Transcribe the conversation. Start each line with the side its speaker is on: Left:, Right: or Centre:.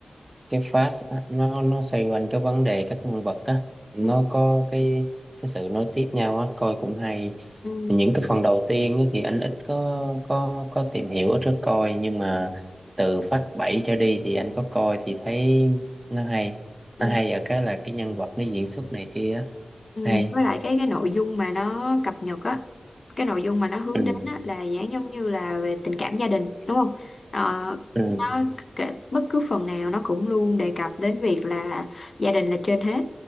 Right: cái fast á, nó nó xoay quanh cái vấn đề các nhân vật á nó
Left: ừ,
Right: có cái cái sự nối tiếp nhau á coi cũng hay
Left: ừ,
Right: những cái phần đầu tiên á thì anh ít có có có tìm hiểu ít có coi nhưng mà từ phát 7 trở đi thì anh có coi thì thấy nó hay
Left: ừ,
Right: nó hay ở cái là cái nhân vật nó diễn xuất này kia á.
Left: ừ.
Right: hay
Left: với lại cái cái nội dung mà nó cập nhật á cái nội dung mà nó hướng
Right: ừ,
Left: đến á là dạng giống như là về tình cảm gia đình đúng không Ờ,
Right: ừ,
Left: nó cái- bất cứ phần nào nó cũng luôn đề cập đến việc là gia đình là trên hết